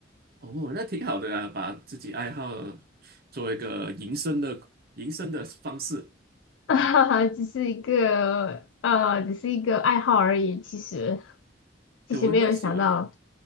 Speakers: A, on the right (about 55°); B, on the left (about 75°).
A: 哦，那挺好的啊，把自己爱好作为一个营生的营生的方式，
B: <laughs> 啊，只是一个呃，只是一个爱好而已。其实，其实没有想到，
A: 哎，我也蛮喜欢的。